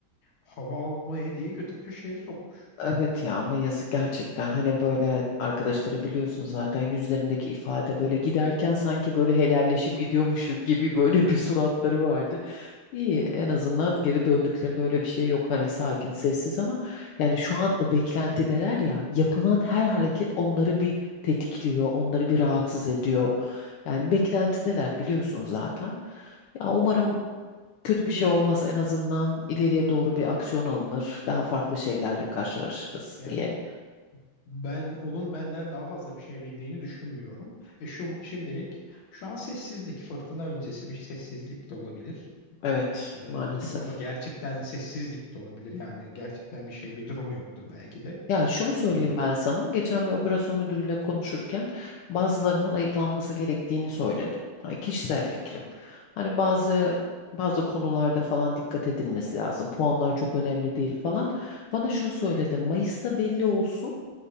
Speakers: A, on the left; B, on the left.
A: Hava almaya diye götür köşeye sokmuş.
B: Evet ya ama yazık gerçekten. Hani böyle arkadaşları biliyorsun zaten yüzlerindeki ifade böyle giderken sanki böyle helalleşip gidiyormuş gibi böyle bir suratları vardı. İyi en azından geri döndüklerinde öyle bir şey yok hani sakin sessiz ama yani şu an o beklentideler ya yapılan her hareket onları bir tetikliyor onları bir rahatsız ediyor. Yani beklentideler biliyorsun zaten. Ya umarım kötü bir şey olmaz en azından ileriye doğru bir aksiyon alınır daha farklı şeylerle karşılaşırız
A: Ya
B: diye.
A: ben onun benden daha fazla bir şey bildiğini düşünmüyorum. E şu şimdilik şu an sessizlik fırtına öncesi bir sessizlik de olabilir.
B: Evet
A: Ee,
B: maalesef.
A: ama gerçekten sessizlik de olabilir. Yani gerçekten bir şey bir durum yoktur belki de.
B: Ya şunu söyleyeyim
A: Ee,
B: ben sana. Geçen bir operasyon müdürüyle konuşurken bazılarının ayıklanması gerektiğini söyledim. Hani kişisel fikrim. Hani bazı bazı konularda falan dikkat edilmesi lazım. Puanlar çok önemli değil falan. Bana şunu söyledi. Mayıs'ta belli olsun.